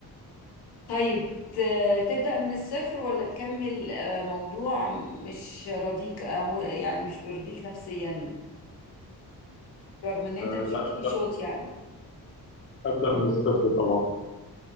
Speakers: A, on the left (about 80°); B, on the left (about 30°).
A: طيب ت- تبدأ من الصفر ولا تكمل آه، موضوع مش راضيك آه، مو- يعني مش بيرضيك نفسيا رغم ان انت
B: آه
A: مشيت
B: لا
A: فيه
B: أبدأ
A: شوط
B: من الصفر
A: يعني
B: أبدأ من الصفر طبعا